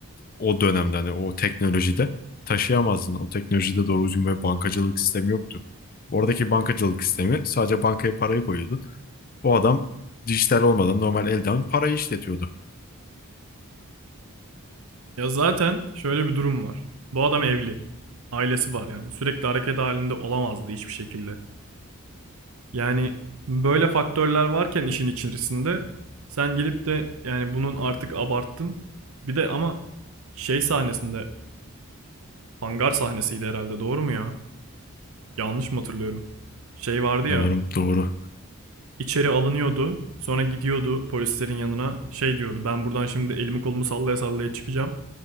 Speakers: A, on the left; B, on the right.
A: o dönemde hani o teknolojide taşıyamazdın. O teknolojide doğru düzgün bir bankacılık sistemi yoktu. Oradaki bankacılık sistemi sadece bankaya parayı koyuyordun. O adam dijital olmadan normal elden parayı işletiyordu.
B: Ya zaten şöyle bir durum var. Bu adam evli. Ailesi var yani. Sürekli hareket halinde olamazdı hiçbir şekilde. Yani böyle faktörler varken işin içerisinde sen gelip de yani bunun artık abarttın. Bir de ama şey sahnesinde hangar sahnesiydi herhalde doğru mu ya? Yanlış mı hatırlıyorum? Şey vardı ya
A: Sanırım doğru.
B: içeri alınıyordu. Sonra gidiyordu polislerin yanına şey diyordu. Ben buradan şimdi elimi kolumu sallaya sallaya çıkacağım.